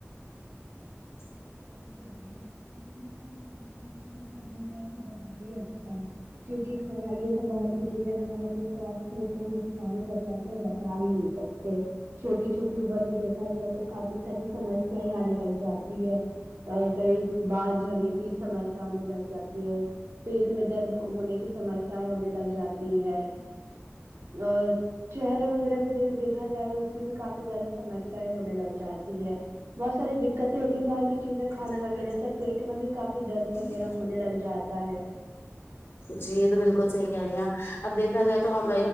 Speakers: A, on the left (about 50°); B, on the right (about 65°).
A: صحیح ہے
B: بالکل یہ سب کھانے پینے کا اتنا دور ہے تو زیادہ ہی اچھا ہے کیونکہ کھانا یہ سب باہر کی چیزیں ہے کھانا تو سواست کو اتنا نقصان کرتا ہے کہ ہم بتا بھی نہیں سکتے چھوٹی چھوٹی اوبر میں دیکھا یا تو کافی ساری سمسیایں آنے لگ جاتی ہے کئی کئی بال جلنے کی سمس آنے لگ جاتی ہے پیٹ میں درد ہو ہونے کی سمسیایں ہونے لگ جاتی ہے اور چہرے وغیرہ پہ دیکھا جائے تو اس کی بھی کافی زیادہ سمسیایں ہونے لگ جاتی ہے بہت ساری دقتیں ہوتی باہر کی چیزیں
A: اتنی
B: کھانے
A: زیادہ
B: وغیرہ
A: بیٹھ جاؤ
B: سے پیٹ میں بھی کافی درد
A: ان
B: وغیرہ
A: کی
B: ہونے لگ جاتا ہے
A: جی یہ تو بالکل صحیح کہہ رہی ہیں آپ اب دیکھا جائے تو ہم